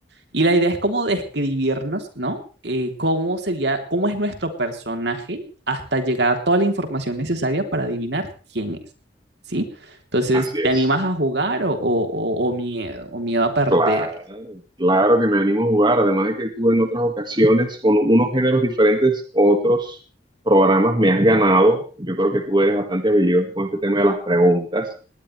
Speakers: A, on the right; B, on the right.
A: y la idea es cómo describirnos, ¿no? Eh, cómo sería, cómo es nuestro personaje hasta llegar a toda la información necesaria para adivinar quién es, ¿sí? Entonces,
B: Así es.
A: ¿te animas a jugar o, o- o- o miedo, o miedo a perder?
B: Claro, claro que me animo a jugar. Además de que tú en otras ocasiones, con unos géneros diferentes, otros programas, me has ganado. Yo creo que tú eres bastante habilidoso con este tema de las preguntas